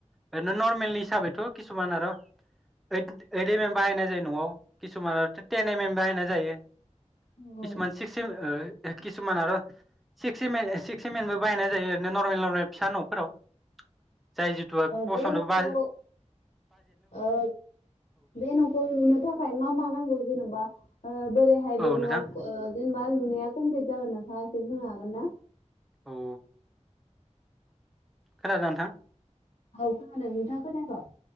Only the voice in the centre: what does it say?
ओरैनो नर्मेलनि हिासाबैथ' खि किसुमान आरो औड औड एम एम बाहायनाय जायो न'आव खि सुमार' टेन एम एमबाहायनाय जायो
खिसिमान स्खिसिम ओ किसुमान आरो six six M six M एनबो बाहायनाय जायो ओरैनो नरमेल नरमेल फिसा न'फोराव जाय जिथु फसन्द
बाय
औ
नोंथां
औ खनादों नोंथां